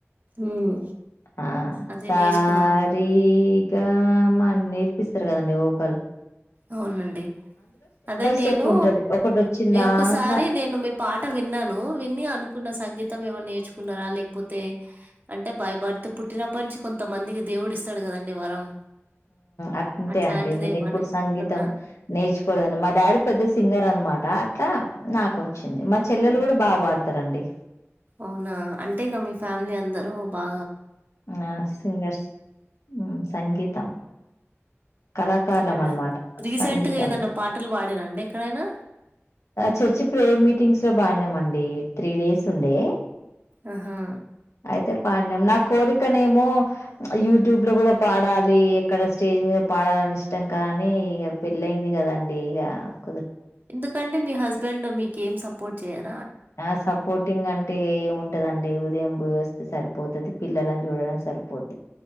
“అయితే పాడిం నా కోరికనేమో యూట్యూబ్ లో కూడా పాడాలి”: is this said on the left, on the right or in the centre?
Left